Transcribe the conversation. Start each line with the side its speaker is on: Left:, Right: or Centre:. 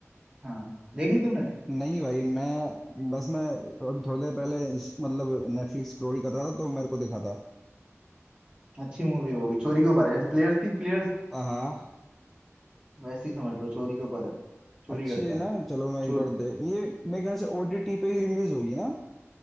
Right: हाँ देख ली तुमने
Centre: नहीं भाई मैं बस मैं अभी थोड़ी देर पहले इस- मतलब नेटफ्लिक्स स्क्रॉल कर रहा था तो मेरे को दिखा था
Right: अच्छी मूवी है वो भी चोरी के ऊपर है जैसे प्लेयर्स थी प्लेयर्स
Centre: हाँ हाँ,
Right: वैसी ही समझ लो चोरी के ऊपर है चोरी
Centre: अच्छी
Right: करता
Centre: है ना
Right: है
Centre: चलो मैं
Right: चोर
Centre: एक बार देख ये मेरे ख्याल से ओटीटी पे ही रिलीज हुई है ना